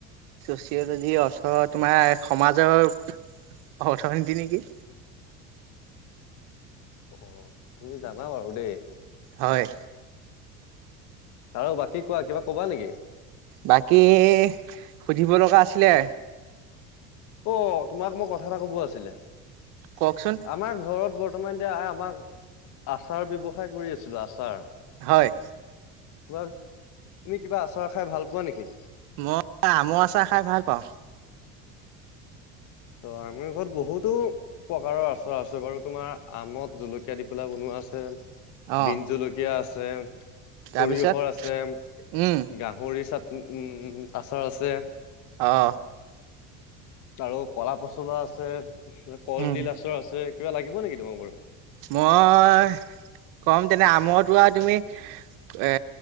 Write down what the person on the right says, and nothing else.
চচিয়লজিৰ অৰ্থ তোমাৰ সমাজৰ অৰ্থনীতি নেকি।
হয়
বাকী সুধিব লগা আছিলে।
কওকচোন
হয়
অ আমৰ আচাৰ খাই ভাল পাওঁ।
অ
তাৰপিছত
উম
অ
উম
মই কম তেনে আমৰটোৱা আৰু তুমি এ